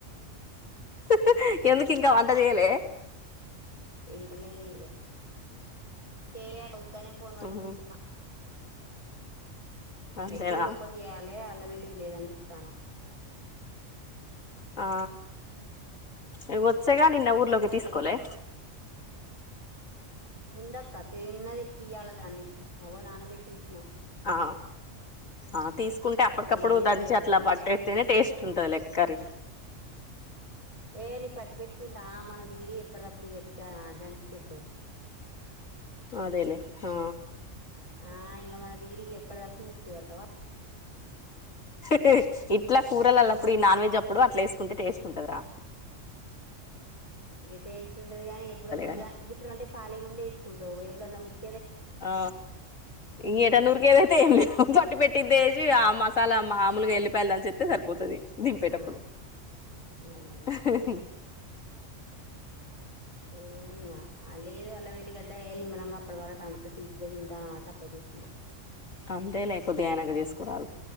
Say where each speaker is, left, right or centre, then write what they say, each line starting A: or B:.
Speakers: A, on the left; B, on the left.
A: హహ్ ఎందుకు ఇంకా వంటది ఏలే
B: ఎంగలెయ్లే చేలే అక్క ఉత్తానే ఫోన్ పటం
A: ఉహు
B: గూసున్న
A: అంతేనా
B: ఏ కూరొక్కటి చేయాలి అళ్ళ మీలి ఇది లేదని చూతాను
A: ఆ ఏ వచ్చేగా నిన్న
B: అల్లం
A: ఊర్లోకి
B: వెల్లిగడ్డ
A: తీసుకోలే
B: ఉందాక్క తేయన్నది తీయాల దాన్ని అగో నానబెట్టి ఉంచిన
A: ఆ ఆ తీసుకుంటే అప్పటికప్పుడు
B: ఏం చేస్తావు
A: దంచి
B: ఎప్పుడో
A: అట్లా పట్ట ఎతేనే టేస్ట్ ఉంటది లెక్కరి
B: ఏ నీ పట్టి పెట్టుకుంటా మనకు తిరి ఎప్పుడప్పుడు కట్ట దంచి పెడతువు.
A: అదేలే ఆ
B: ఆ ఇంగ మనది ఇరిగి ఎప్పుడుదాప్పుడు మిక్సీ పడతవా?
A: హ్హ్ ఇట్లా కూరలు అల్లప్పుడు ఈ నాన్ వెజ్ అప్పుడు అట్లా వేసుకుంటే టేస్ట్ ఉంటదరా
B: ఏ టేస్ట్ ఉంటది గానీ ఎప్పుడో గిలా
A: కదా
B: ఇప్పుడు అంటే ఖాళీ గుండే వేసుకుంటావు ఎప్పుడైన్నా ఉరికి
A: ఆ ఇ ఏటన్నూరు కేదైతే ఏంలేవు పట్టి పెటి పట్టి తేజి ఆ మసాలా మాములుగా ఎల్లిపాయలు దంచిత్తే సరిపోతది. దింపేటప్పుడు
B: ఆ అదే అదే
A: హ్హ్
B: ఏంగా అ లేదు అల్లం వెల్లి ఎల్లి గడ్డ ఏ నిమ్మలంగా అప్పుడు వర కడుతది ఇప్పుడే ఇంటాన వాస అప్పుడ కూకున్నా
A: అంతే లే కొద్దిగా ఎనక చేసుకురాలి